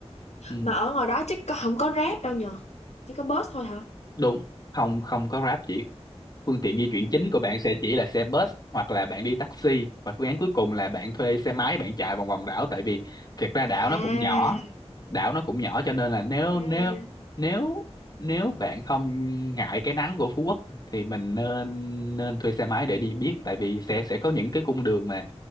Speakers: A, on the left; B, on the left.
A: Ừ,
B: mà ở ngoài đó chắc có- không có rap đâu nhờ chỉ có bus thôi hả
A: đúng, không không có Grab chỉ Phương tiện di chuyển chính của bạn sẽ chỉ là xe bus hoặc là bạn đi taxi và phương án cuối cùng là bạn thuê xe máy bạn chạy vòng vòng đảo tại vì thiệt ra đảo
B: à
A: nó cũng nhỏ đảo nó cũng nhỏ cho nên là nếu
B: ok.
A: nếu nếu nếu bạn không ngại cái nắng của Phú Quốc thì mình nên nên thuê xe máy để đi biết tại vì sẽ sẽ có những cái cung đường mà